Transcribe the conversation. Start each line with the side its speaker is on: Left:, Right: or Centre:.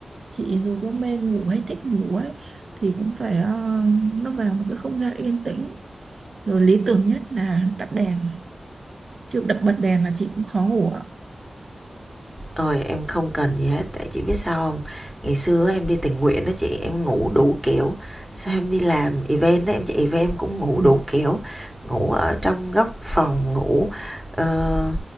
Right: Chị dù có mê ngủ hay thích ngủ ấy, thì cũng phải ờ, nó vào một cái không gian yên tĩnh. Rồi lý tưởng nhất là tắt đèn. Chứ đập bật đèn là chị cũng khó ngủ ạ.
Centre: Ôi, em không cần gì hết tại chị biết sao không Ngày xưa em đi tình nguyện đó chị, em ngủ đủ kiểu, xong em đi làm event đó em chạy event em cũng ngủ
Right: Ừ.
Centre: đủ kiểu, ngủ ở trong góc phòng, ngủ, ờ,